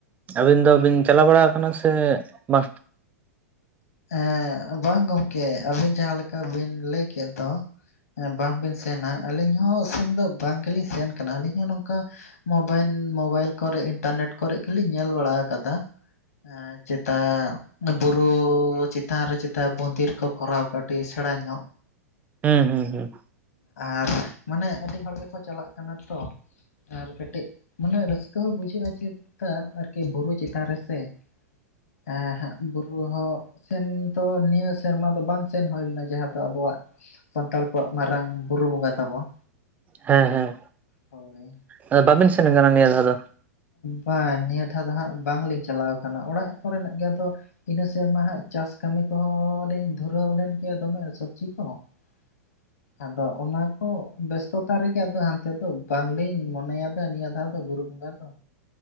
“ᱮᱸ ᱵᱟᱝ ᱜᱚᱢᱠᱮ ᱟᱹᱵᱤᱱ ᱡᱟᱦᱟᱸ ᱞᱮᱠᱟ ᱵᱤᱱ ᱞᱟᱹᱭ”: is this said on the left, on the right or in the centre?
Left